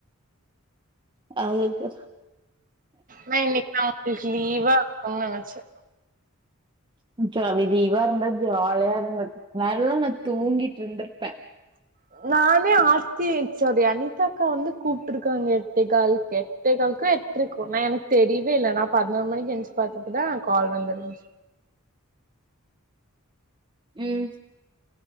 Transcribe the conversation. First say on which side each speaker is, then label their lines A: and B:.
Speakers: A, on the right; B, on the right.
A: அ இப்பதா
B: நா இன்னைக்கு நான் ஆபீஸ் லீவா இருக்கும்னு நினேச்சேன்
A: ஜாலி லீவா இருந்தா ஜாலியா இருந்தது நல்லா நான் தூங்கிட்டு இருந்திருப்பேன்
B: <inaudible> நானே ஆர்த்தி சோரி அனிதா அக்கா வந்து கூப்ட்ருக்காங்க எட்டே கால்க்கே எட்டேகாலுக்கோ எட்டரைகோ நான் எனக்கு தெரியவே இல்ல நான் பதினோரு மணிக்கு எந்திருச்சு பாத்தப்ப தான் கால் வந்திருந்துச்சி
A: ம்